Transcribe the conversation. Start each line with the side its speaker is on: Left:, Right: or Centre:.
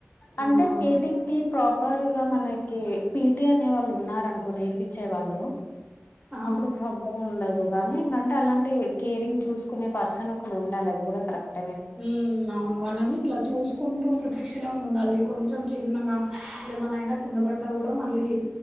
Left: అంటే
Centre: ఆ!
Left: స్కేటింగ్ కి ప్రాపర్ గా మనకి పీటీ అనే వాళ్ళు ఉన్నారు అనుకో నేర్పించే వాళ్ళు
Centre: ఆ!
Left: అప్పుడు ప్రాబ్లం ఉండదు కానీ అంటే అలాంటి కేరింగ్ చూసుకునే పర్సన్ ఒక ఉండాలి అది కూడా కరెక్ట్
Centre: ఉ అవును వాళ్ళని ఇట్లా చూసుకుంట అంటూ ప్రతిక్షణ ఉండాలి కొంచెం చిన్నగా అట్లు ఏమనైనా కింద పడ్డా కూడా మళ్ళీ